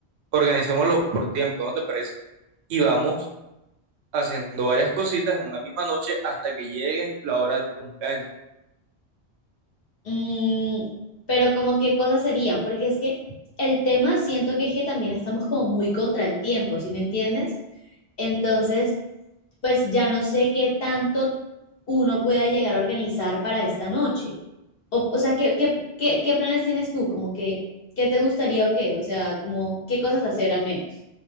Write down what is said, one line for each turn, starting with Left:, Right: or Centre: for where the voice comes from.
Right: organizémoslo por tiempo, ¿no te parece? Y vamos haciendo varias cositas en una misma noche hasta que llegue la hora de tu cumpleaños.
Left: Mm, pero como qué cosas serían, porque es que el tema siento que es que también estamos como muy contra el tiempo, ¿sí me entiendes? Entonces, pues ya no sé qué tanto uno pueda llegar a organizar para esta noche. O, o sea, ¿qué, qué, qué, qué planes tienes tú? Como que, ¿qué te gustaría o qué? O sea, como, ¿qué cosas hacer al menos?